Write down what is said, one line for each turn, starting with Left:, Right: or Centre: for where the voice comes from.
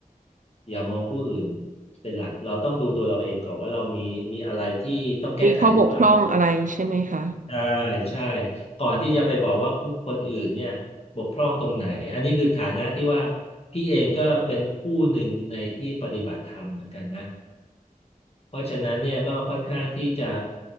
Left: อย่ามองผู้อื่นเป็นหลักเราต้องดูตัวเราเองก่อนว่าเรามีมีอะไรที่ต้องแก้ไขหรือเปล่า
Right: มีข้อบกพร่องอะไรใช่ไหมคะ
Left: ใช่ใช่ก่อนที่จะไปบอกว่าผู้คนอื่นเนี่ยบกพร่องตรงไหนอันนี้คือฐานะที่ว่าพี่เองก็เป็นผู้หนึ่งในที่ปฏิบัติธรรมเหมือนกันนะ เพราะฉะนั้นเนี่ยก็ค่อนข้างที่จะ